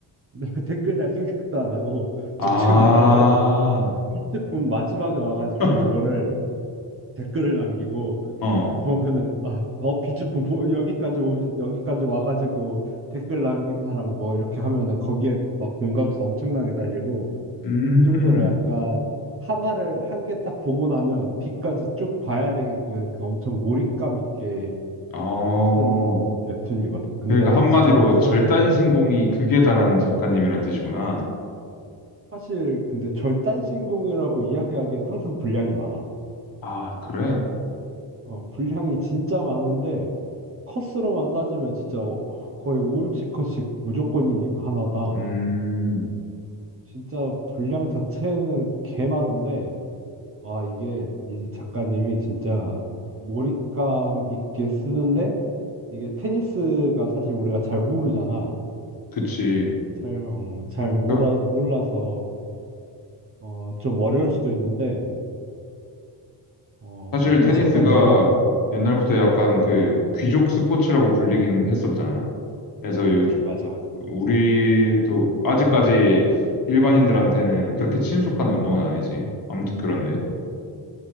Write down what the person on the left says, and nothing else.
아,
<laughs>
어.
음,
어.
그러니까 한마디로
절단신공이
극에 달한 작가님이란 뜻이구나.
아, 그래?
음,
그치.
그러니까
사실
테니스가
옛날부터 약간
그 귀족 스포츠라고 불리긴 했었잖아. 그래서 요즘
우리도 아직까지
일반인들한테는
그렇게 친숙한 운동은 아니지. 아무튼 그런데.